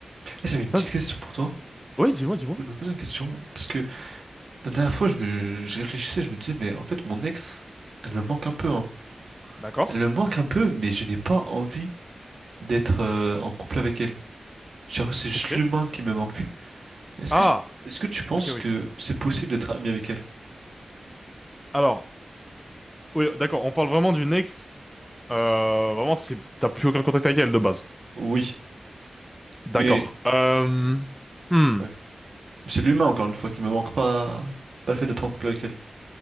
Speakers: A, on the right; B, in the centre.
A: Eh, J'avais une petite
B: Ça, je-
A: question pour toi.
B: Oui, dis-moi, dis-moi.
A: Je me posais une question parce que la dernière fois, je me, je réfléchissais, je me disais, mais en fait, mon ex, elle me manque un peu, hein.
B: D'accord.
A: Elle me manque un peu, mais je n'ai pas envie d'être euh, en couple avec elle. Genre, c'est juste
B: Ok.
A: l'humain qui me manque. Est-ce
B: Ah,
A: que, est-ce que tu penses
B: ok, oui.
A: que c'est possible d'être ami avec elle?
B: Alors, oui, d'accord, on parle vraiment d'une ex. Euh, vraiment, c'est, t'as plus aucun contact avec elle de base.
A: Oui,
B: D'accord.
A: mais
B: Euh, hmm.
A: ouais. Mais c'est l'humain encore une fois qui me manque pas, pas le fait d'être en couple avec elle.